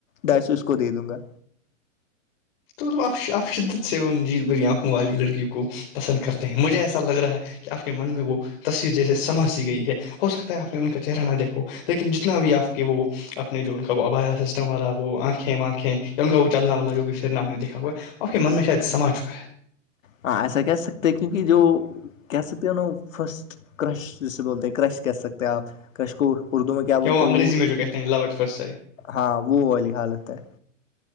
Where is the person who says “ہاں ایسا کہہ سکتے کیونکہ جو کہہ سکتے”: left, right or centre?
Left